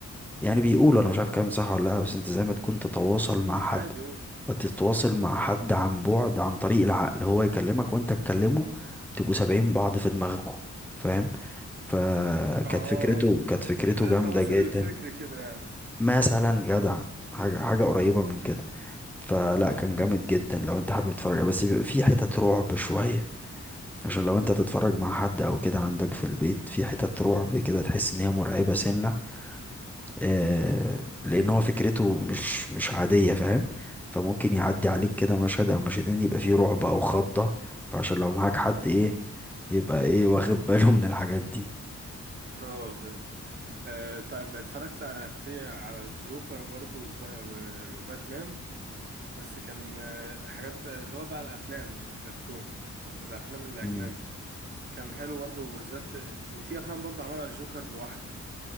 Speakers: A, in the centre; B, on the right.
A: يعني بيقولوا انا مش عارف كلام صح ولا لا بس انت زي ما تكون تتواصل
B: مش ما
A: مع حد
B: عادي هو
A: فتتواصل مع حد عن بعد عن طريق العقل هو يكلمك وانت تكلمه تبقوا سابعين بعض في دماغكم فاهم فكانت
B: اه
A: فكرته كانت فكرته
B: زي
A: جامدة
B: التواصل
A: جدا
B: الفكري كده
A: مثلا جدع حاجة حاجة قريبة من كده فلا كان
B: يعني
A: جامد جدا لو انت حابب تتفرج عليه. بس بيبقى فيه حتت رعب شوية عشان لو انت تتفرج مع حد او كده عندك في البيت في حتت رعب كده تحس ان هي مرعبة سنة آه لان هو فكرته مش مش عادية فاهم فممكن يعدي عليك كده مشهد او مشهدين يبقى فيه رعب او خضة فعشان لو معاك حد ايه يبقى ايه واخد باله من الحاجات دي
B: اه فهمتك آه طيب اتفرجت في على الجوكر برضو وسبا- و- وباتمان بس كان آه، حاجات آه، اللي هو بقى الافلام مش الكرتون في الافلام الاجنبي
A: مم.
B: كان حلو برضو بالذات وفي افلام برضو عملها الجوكر لوحده